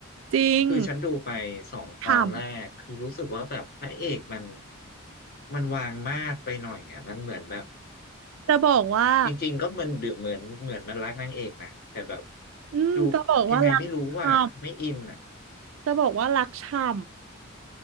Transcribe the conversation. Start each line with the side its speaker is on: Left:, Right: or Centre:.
Right: จริง
Left: คือฉันดูไปสองตอนแรกคือรู้สึกว่าแบบพระเอกมัน
Right: ฉ่
Left: มันวางมาดไปหน่อยอ่ะมันเหมือนแบบ
Right: ำจะบอกว่า
Left: จริงๆก็มันดูเหมือนเหมือนมันรักนางเอกนะแต่แบบ
Right: อืมจะบอกว่ารักฉ่
Left: ดูยังไงไม่รู้ว่าไม่อินอ่ะ
Right: ำจะบอกว่ารักฉ่